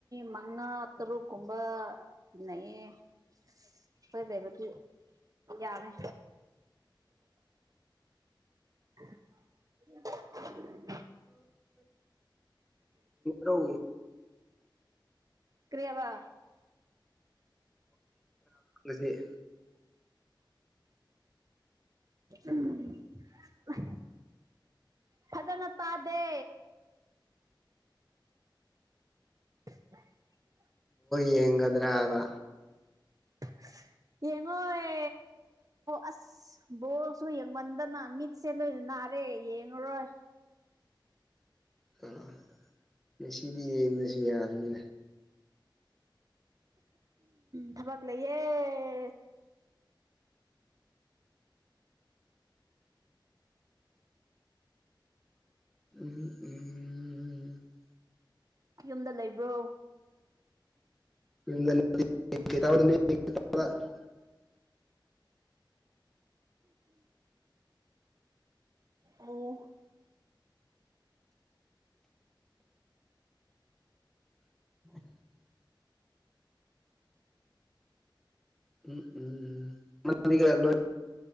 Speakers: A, on the right; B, in the centre.
A: ꯃꯉꯥ ꯇꯔꯨꯛꯀꯨꯝꯕ ꯇꯤꯟꯅꯩꯌꯦ <unintelligible> ꯍꯣꯏ ꯂꯩꯕꯗꯤ ꯌꯥꯝꯃꯦ <unintelligible>
B: ꯔꯣ
A: ꯀ꯭ꯔꯤꯌꯥꯕ
B: ꯁꯤꯦ
A: ꯎꯝ ꯐꯖꯅ ꯇꯥꯗꯦ <unintelligible>
B: ꯌꯦꯒꯗ꯭ꯔꯥꯕ
A: <inaudible> ꯌꯦꯡꯉꯣꯏ ꯑꯁ ꯕꯣꯔꯁꯨ ꯌꯦꯡꯃꯟꯗꯅ ꯃꯤꯠꯁꯦ ꯂꯣꯏ ꯅꯔꯦ ꯌꯦꯉꯨꯔꯣ
B: ꯑꯥ ꯉꯁꯤꯗꯤ ꯌꯦꯡꯗꯁꯨ ꯌꯥꯔꯅꯤ
A: ꯊꯕꯛ ꯂꯩꯌꯦꯦ
B: ꯎꯝ ꯎꯝ
A: ꯌꯨꯝꯗ ꯂꯩꯕ꯭ꯔꯣ
B: <unintelligible>
A: ꯑꯣ
B: <inaudible> ꯎꯝ ꯎꯝꯂ